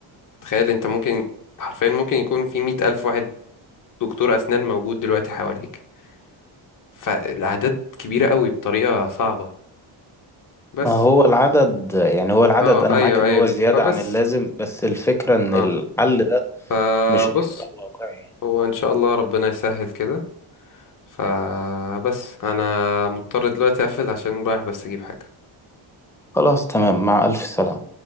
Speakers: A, on the left (about 40°); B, in the centre.
A: تخيل انت ممكن حرفيا ممكن يكون في 100000 واحد دكتور اسنان موجود دلوقتي حواليك فالاعداد كبيرة قوي بطريقة صعبة بس
B: ما هو العدد يعني هو العدد
A: اه
B: انا
A: ايوه
B: معاك ان
A: ايوه
B: هو زيادة
A: فبس
B: عن اللازم بس الفكرة ان
A: اه
B: الحل ده
A: فبص
B: مش هيبقى واقعي
A: هو ان شاء الله ربنا يسهل كده فبس انا مضطر دلوقتي اقفل عشان رايح بس اجيب حاجة
B: خلاص تمام مع الف سلامة